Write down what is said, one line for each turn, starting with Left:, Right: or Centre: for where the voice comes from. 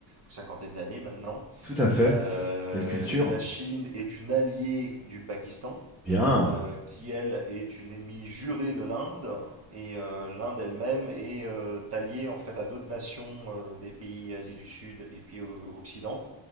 Right: ou cinquantaine d'années maintenant.
Centre: Tout à fait.
Right: Euh,
Centre: Quelle culture?
Right: la Chine est une alliée du Pakistan,
Centre: Bien.
Right: euh, qui elle est une ennemie jurée de l'Inde, et euh, l'Inde elle-même est euh, alliée en fait à d'autres nations euh, des pays Asie du Sud et puis euh, Occident,